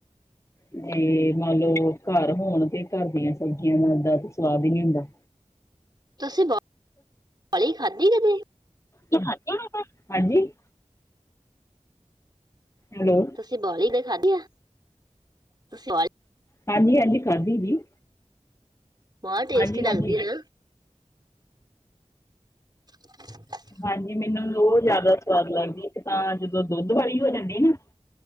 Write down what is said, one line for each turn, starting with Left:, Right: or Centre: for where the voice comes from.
Left: ਨਈ ਮੰਨ ਲਓ ਘਰ ਹੋਣ ਤੇ, ਘਰ ਦੀਆਂ ਸਬਜ਼ੀਆਂ ਦਾ ਸਵਾਦ, ਹੀ ਨਹੀ ਹੁੰਦਾ
Right: ਤੁਸੀਂ, ਬ ਵਾਲਲੀ ਖਾਧੀ ਕਦੀ?
Left: ਤੂੰ ਖਾਧੀ ਬਵਾਵਲੀ, ਹਾਂਜੀ ਹੈਲੋ
Right: ਤੁਸੀਂ, ਬੋਲੀ ਤੇ ਖਾਧੀ ਆ ਤੁਸੀਂ ਬੋਲੀ
Left: ਹਾਂਜੀ -ਹਾਂਜੀ ਖਾਧੀ ਜੀ।
Right: ਬਹੁਤ ਟੇਸਟੀ,
Left: ਹਾਂਜੀ
Right: ਲੱਗਦੀ
Left: ਹਾਂਜੀ।
Right: ਆ ਹਮ <inaudible>
Left: ਹਾਂਜੀ, ਮੈਨੂੰ ਬਹੁਤ ਜ਼ਿਆਦਾ ਸਵਾਦ ਲੱਗਦੀ, ਇੱਕ ਤਾਂ ਜਦੋਂ, ਦੁੱਧ ਵਾਲੀ ਹੋ ਜਾਂਦੀ ਨਾ